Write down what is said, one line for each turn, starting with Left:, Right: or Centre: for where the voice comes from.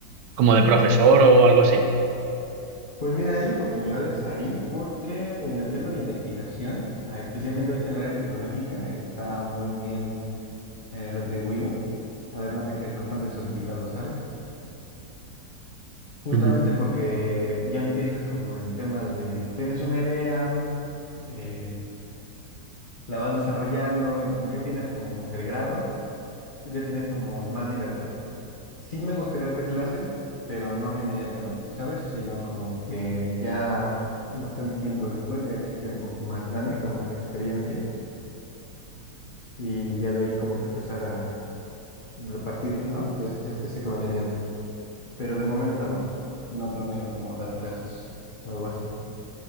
Right: como de profesor o algo así?
Left: Pues mira, hay oportunidades ahí porque en el tema de investigación, ah, especialmente ahorita en el área tecnológica, está muy bien eh, retribuido, además de que es bastante solicitado, ¿sabes? Justamente
Right: Ujú.
Left: porque ya empiezas como en temas de, tienes una idea, eh, la vas desarrollando y como ya tienes como el grado, Tú ya tienes como más libertad. Sí me gustaría dar clases, pero no inmediatamente, ¿sabes? Sino como que ya bastante tiempo después, ya que esté un poco más grande, con más experiencia, y ya de ahí como que empezar a repartir, ¿no? Es- es- ese conocimiento. Pero de momento no, no planeo como dar clases o algo así.